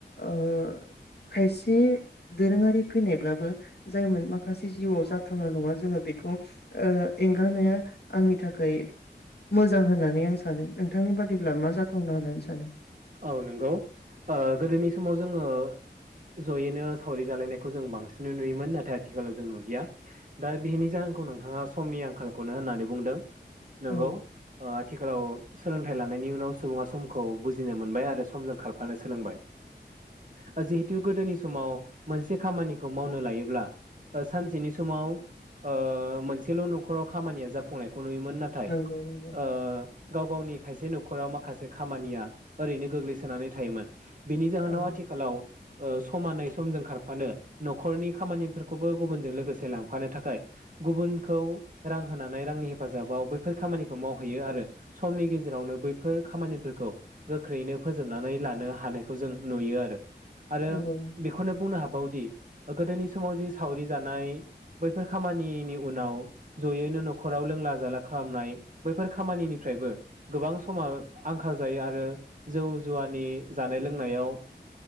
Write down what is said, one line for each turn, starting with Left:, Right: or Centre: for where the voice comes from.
Left: ओ खायसे दोरोङारि फैनायब्लाबो जायमोन माखासे जिउआव जाथावना नङा जोङो बेखौ ओ एंगारनाया आंनि थाखाय मोजां होननानै आं सा सानो नोंथांनि बादिब्ला मा जाथावना होननानै सानो?
Right: औ नंगौ ओ गोदोनि समाव जोङो जयैनो सावरि जालायनायखौ जों बांसिननो नुयोमोन नाथाय आथिखालाव जों नुलिया दा बिहनि जाहोनखौ नोंथाङा समनि आंखालखौनो होननानै बुंदों। नंगौ
Left: औ
Right: ओ आथिखालाव सोलोंथाइ लानायनि उनाव सुबुङा समखौ बुज जिनो मोनबाय आरो समजों खारफानो सोलोंबाय ओ जिहेथु गोदोनि समाव मोनसे खामानिखौ मावनो लायोब्ला ओ सानसेनि समाव ओ मोनसेल' न'खराव खामानिया जाफुंनाय खौ नुयोमोन नाथाय
Left: नंगौ
Right: ओ
Left: नंगौ
Right: गाव गावनि खायसे न'खराव माखासे खामानिया ओरैनो गोग्लैसोनानै थायोमोन। बिनि जाहोनाव
Left: औ
Right: आथिखालाव ओ समानै समजों खारफानो न'खरनि खामानिफोरखौबो गुबुनजों लोगोसे लांफानो थाखाय गुबुनखौ रां होनानै रांनि हेफाजाबाव बैफोर खामानिखौ मावहैयो आरो समनि गेजेरावनो बैफोर खामानिफोरखौ गोख्रैयैनो फोजोबनानै लानो हानायखौ जों नुयो आरो। आरो
Left: नंगौ औ
Right: बेखौनो बुंनो हाबावदि ओ गोदोनि समाव जे सावरि जानाय बैफोर खामानिनि उनाव जयैनो न'खराव लोंला जाला खालामनाय बैफोर खामानिनिफ्रायबो गोबां समा आंखाल जायो आरो जौ जुवानि जानाय लोंनायाव